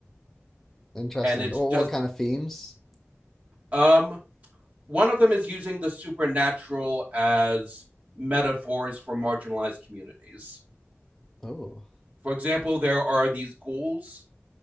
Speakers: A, in the centre; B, on the right.
A: Interesting.
B: And it
A: What
B: just
A: what kind of themes?
B: um one of them is using the supernatural as metaphors for marginalized communities.
A: Oh.
B: For example, there are these ghouls